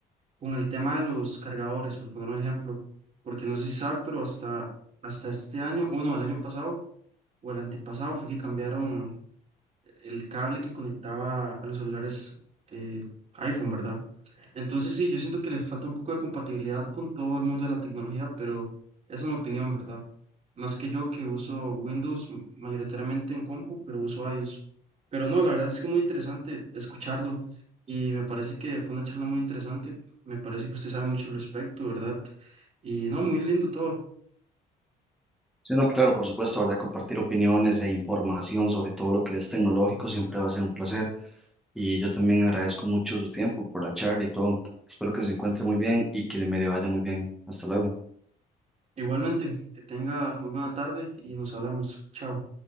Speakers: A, on the right; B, in the centre.
A: con el tema de los cargadores, por poner un ejemplo, porque no sé si sabe, pero hasta, hasta este año, o no, el año pasado o el antepasado fue que cambiaron el cable que conectaba a los celulares eh, iPhone, ¿verdad? Entonces sí, yo siento que les falta un poco de compatibilidad con todo el mundo de la tecnología, pero esa es mi opinión, ¿verdad? Más que yo que uso Windows m- mayoritariamente en compu, pero uso iOS. Pero no, la verdad es que muy interesante escucharlo y me parece que fue una charla muy interesante. Me parece que usted sabe mucho al respecto, ¿verdad? Y no, muy lindo todo.
B: Sí, no, claro, por supuesto, ¿verdad? Compartir opiniones e información sobre todo lo que es tecnológico siempre va a ser un placer. Y yo también agradezco mucho su tiempo por la charla y todo. Espero que se encuentre muy bien y que le me le vaya muy bien. Hasta luego.
A: Igualmente, que tenga muy buena tarde y nos hablamos. Chao.